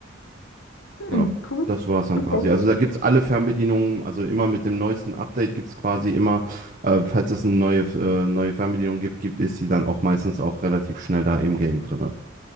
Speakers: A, on the right (about 40°); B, on the left (about 75°).
A: oder
B: Hm. Cool.
A: Das war es dann
B: Okay.
A: quasi. Also da gibt es alle Fernbedienungen, also immer mit dem neuesten Update gibt es quasi immer, äh, falls es eine neue, äh, neue Fernbedienung gibt, gibt, ist sie dann auch meistens auch relativ schnell da im Game drin.